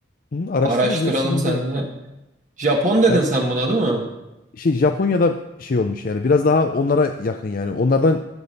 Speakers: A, on the left (about 45°); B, on the right (about 40°).
A: Hı, araştırırız
B: Araştıralım
A: ya sıkıntı
B: seninle.
A: yok.
B: Japon dedin
A: Ya
B: sen buna değil mi?
A: şey Japonya'da şey olmuş yani biraz daha onlara yakın yani. Onlardan